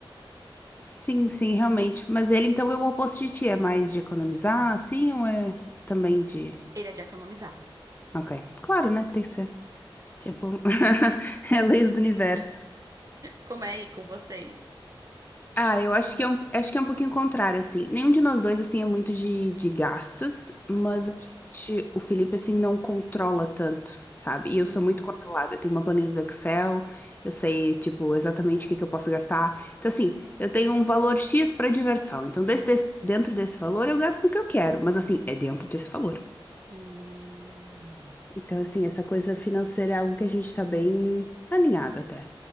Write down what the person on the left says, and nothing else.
Sim, sim, realmente. Mas ele então é o oposto de ti, é mais de economizar, assim, ou é também de.
Ok. Claro, né? Tem que ser. Tipo, <laughs> é leis do universo.
Ah, eu acho que é um, acho que é um pouquinho contrário, assim. Nenhum de nós dois, assim, é muito de, de gastos, mas
a gente, o Felipe, assim, não controla tanto, sabe? E eu
sou muito controlada. Eu tenho uma planilha do Excel, eu sei, tipo, exatamente o que que eu posso gastar. Então, assim, eu tenho um valor X pra diversão. Então, desse, desse- dentro desse valor, eu gasto no que eu quero, mas, assim, é dentro desse valor.
Então, assim, essa coisa financeira é algo que a gente tá bem alinhado até.